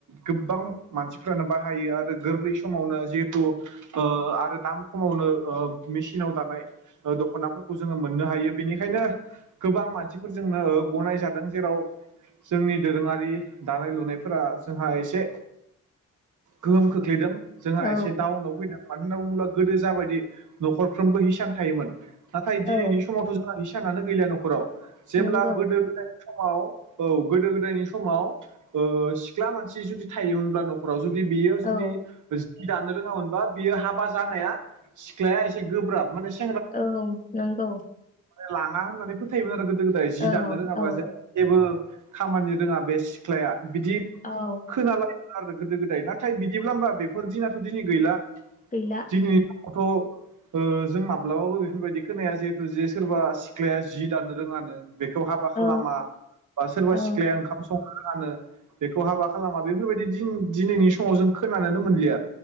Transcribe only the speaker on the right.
गोबां मानसिफ्रानो बाहायो आरो गोरलै समावनो जिहेथु ओ आरो दाम खमावनो ओ मेसिनाव दानाय दख'नाफोरखौ जोङो मोननो हायो बेनिखायनो गोबां मानसिफोरजोंनो गनाय जादों जेराव जोंनि दोरोङारि दानाय लुनायफोरा जोंहा एसे गोहोम खोख्लैदों जोंहा
एसे दावउनाव फैदों मानो होनना बुङोब्ला गोदो जाबायदि न'खरफ्रोमबो हिसान थायोमोन नाथाय
दिनैनि समावथ' जोंहा हिसानानो गैला न'खराव जेब्ला
गोदो गोदाय समाव औ गोदो गोदायनि समाव सिख्ला मानसि जुदि थायो होनब्ला नखराव जुदि बेयो
जुदि दानो रोङामोनबा बियो हाबा जानाया सिख्लाया एसे गोब्राब माने <unintelligible>
लाङा होननानै फोथायोमोन आरो गोदो गोदाय जि
दाननो रोङाबा
जे जेबो खामानि रोङा बे सिख्लाया बिदि
खोनालाय आरो गोदो गोदाय नाथाय बिदिब्ला होबा बेफोर दिनाथ' दिनै गैला
दिननिथ' जों माब्लाबाबो बेफोरबायदि खोनाया जिहेतु जे सोरबा सिख्लाया जि दानो रोङानो बेखौ हाबा
खालामा बा सोरबा
सिख्लाया ओंखाम सं- नोरोङानो बेखौ हाबा खालामा बेफोरबायदि दि दिनैनि समाव जों खोनानोनो मोनलिया